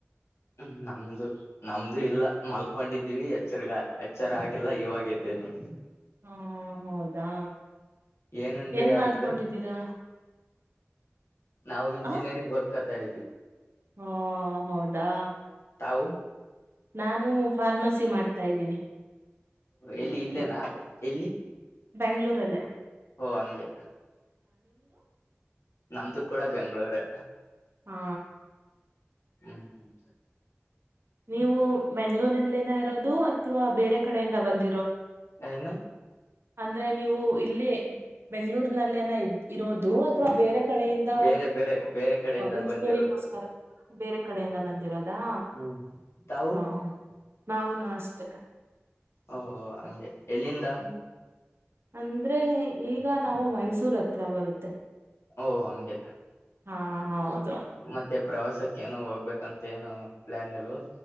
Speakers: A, on the left; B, on the right.
A: ಹ್ಮ್ ನಮ್ದು ನಮ್ದು ಇಲ್ಲ ಮಲ್ಕೊಂಡಿದ್ದೀವಿ ಎಚ್ಚರಿ ಎಚ್ಚರ ಆಗಿಲ್ಲ ಇವಾಗ ಇದ <unintelligible> ನೋಡಿ
B: ಹಾ ಹೌದಾ
A: ಏನುಂಡ್ರಿ
B: ಏನ್
A: ಆಗಿದ್ರೆ
B: ಮಾಡ್ಕೊಂಡಿದ್ದೀರಾ.
A: ನಾವು ಇಂಜಿನಿಯರಿಂಗ್
B: ಆ
A: ಗೊದ್ಕೋತಾ ಇದ್ವಿ.
B: ಹಾ ಹೌದಾ
A: <unintelligible>
B: ನಾನು ಫಾರ್ಮಸಿ ಮಾಡ್ತಾ ಇದ್ದೀನಿ.
A: ಎಲ್ಲಿ ಇಲ್ಲೇನಾ ಎಲ್ಲಿ
B: ಬೆಂಗಳೂರಲ್ಲೇ
A: ಓ ಹಂಗೆ ನಮ್ದು ಕೂಡ ಬೆಂಗಳೂರೆ
B: ಹಾ
A: ಹ್ಮ್ ಹ್ಮ್
B: ನೀವು ಬೆಂಗಗಳೂರಿನಲ್ಲಿನ ಇರೋದು ಅಥವಾ ಬೇರೆ ಕಡೆಯಿಂದ ಬಂದ
A: ಹಲೋ
B: ಅಂದ್ರೆ ನೀವು ಇಲ್ಲಿ ಬೆಂಗ್ಗಳೂರ್ನಲ್ಲೇನ ಇರೋದು ಅಥ್ವಾ ಬೇರೆ ಕಡೆಯಿಂದ
A: ಬೇರೆ ಬೇರೆ ಬೇರೆ ಕಡೆಯಿಂದ
B: ಇಂಜಿನಿಯರಿಂಗ್
A: ಬಂದಿರೋದು
B: ಗೋಸ್ಕರ ಬೇರೆ ಕಡೆಯಿಂದ ಬಂದಿರೋದಾ
A: ಹ್ಮ್ ತಾವು
B: ಹ ನಾವುನು ಅಷ್ಟೆ
A: ಓ ಹಂಗೆ ಎಲ್ಲಿಂದ
B: ಹ ಅಂದ್ರೆ ಈಗ ನಾವು ಮೈಸೂರ್ ಹತ್ರ ಬರುತ್ತೆ
A: ಓ ಹಂಗೆ
B: ಹಾ ಹೌದು
A: ಮತ್ತೆ ಪ್ರವಾಸಕ್ಕ ಏನು ಹೋಗ್ಬೇಕಂತ ಏನು ಪ್ಲಾನ್ ಇಲ್ವಾ